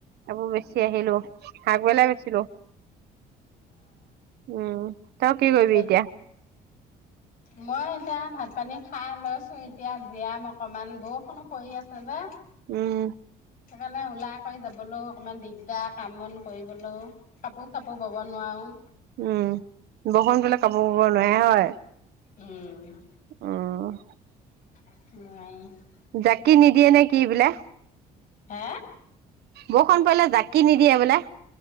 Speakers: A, on the right; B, on the left.
A: আকৌ বেচি আহিলো আগবেলাই বেচো উম তই কি কৰিবি
B: অ
A: এতিয়া
B: মই এতিয়া ভাত পানী খাই লৈছো এতিয়া জীয়াম অকমান বৰষুণো পৰি আছে যে
A: উম
B: সেইকাৰণে ওলাই কৰি যাবলৈও অকণমান দিগদাৰ কাম বন কৰিবলৈও কাপোৰ চাপোৰ বব নোৱাৰোঁ
A: উম বৰষুণ পৰিলে কাপোৰ ব নোৱাৰে হয়
B: উম
A: আহ
B: নোৱাৰি
A: জাকি নিদিয়ে নে কি বোলে
B: হে
A: বৰষুণ পৰিলে জাকি নিদিয়ে বোলে